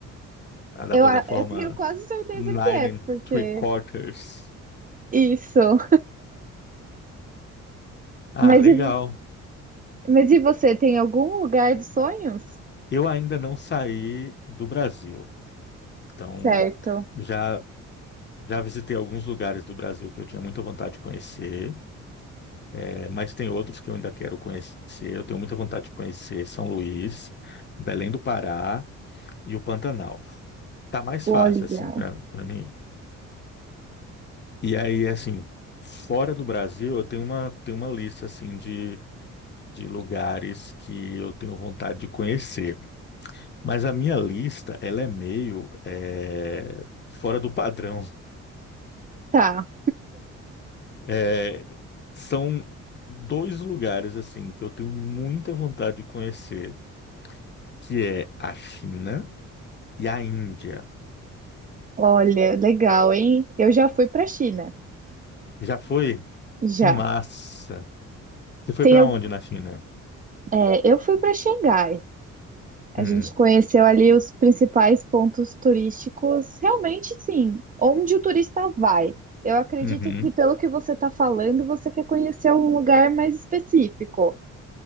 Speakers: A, on the left; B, on the right.
A: a da
B: Eu,
A: plataforma
B: a- eu tenho quase certeza
A: Nine
B: que é,
A: and
B: porque
A: Three Quarters.
B: isso.
A: Ah,
B: Mas
A: legal.
B: e, vo- mas e você, tem algum lugar dos sonhos?
A: Eu ainda não saí do Brasil. Então,
B: Certo.
A: já já visitei alguns lugares do Brasil que eu tinha muita vontade de conhecer, eh, mas tem outros que eu ainda quero conhecer. Eu tenho muita vontade de conhecer São Luís, Belém do Pará e o Pantanal. Tá mais
B: Olha.
A: fácil assim para para mim. E aí, assim, fora do Brasil, eu tenho uma tenho uma lista assim de de lugares que eu tenho vontade de conhecer. Mas a minha lista, ela é meio eh, fora do padrão.
B: Tá.
A: É, são dois lugares assim que eu tenho muita vontade de conhecer, que é a China e a Índia.
B: Olha, legal, hein? Eu já fui pra China.
A: Já foi?
B: Já.
A: Que massa! Você foi
B: Tem,
A: para
B: al-
A: onde na China?
B: é, eu fui pra Xangai. A
A: Hum,
B: gente conheceu ali os principais pontos turísticos, realmente sim, onde o turista vai. Eu acredito
A: uhum.
B: que pelo que você está falando, você quer conhecer um lugar mais específico.